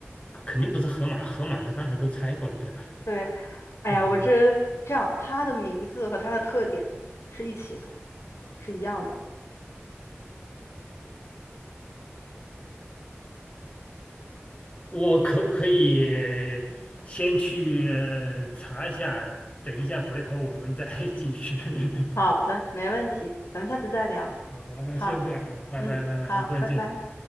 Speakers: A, on the left (about 30°); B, on the left (about 80°).
A: 肯定不是河马。河马的刚才都猜过了，对吧？
B: 对，哎呀，
A: 嗯，
B: 我这这样，它的名字和它的特点是一起的，是一样的，
A: 我可不可以先去呃查一下？等一下，回头我们再 <laughs> 继续。<laughs>
B: 好的，没问题，咱们下次再聊，
A: 好好，那现在样啊，
B: 好，
A: 拜拜拜拜，
B: 嗯，好，
A: 一会儿见。
B: 拜拜。